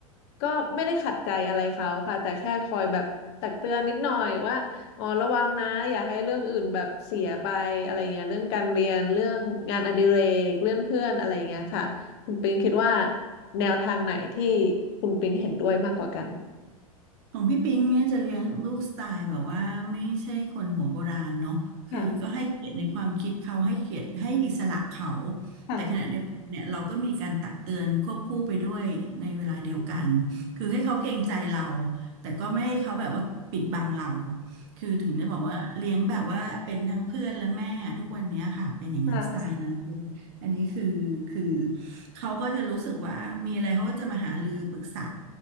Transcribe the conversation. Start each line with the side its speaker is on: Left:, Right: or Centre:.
Left: ก็ไม่ได้ขัดใจอะไรเขาค่ะแต่แค่คอยแบบตักเตือนนิดหน่อยว่าอ๋อระวังนะอย่าให้เรื่องอื่นแบบเสียไปอะไรเงี้ยเรื่องการเรียนเรื่องงานอดิเรกเรื่องเพื่อนอะไรเงี้ยค่ะคุณปิ๊งคิดว่าแนวทางไหนที่คุณปิ๊งเห็นด้วยมากกว่ากัน
Right: ของพี่ปิงเนี่ยจะเลี้ยงลูกสไตล์แบบว่าไม่ใช่คนหัวโบราณเนาะคือก็ให้เกียรติในความคิดเขาให้เกียรติให้อิสระเขา
Left: ค่ะค่ะ
Right: แต่ขณะเดียวกันเนี่ยเราก็มีการตักเตือนควบคู่ไปด้วยในเวลาเดียวกันคือให้เขาเกรงใจเรา
Left: อืม
Right: แต่ก็ไม่ให้เขาแบบว่าปิดบังเราคือถึงได้บอกว่าเลี้ยงแบบว่าเป็นทั้งเพื่อนและแม่ทุกวันเนี้ยค่ะเป็นอย่างนั้นสไตล์นั้นเลยอันนี้คือคือ
Left: ค่ะ
Right: เขาก็จะรู้สึกว่ามีอะไรเขาก็จะมาหารือปรึกษา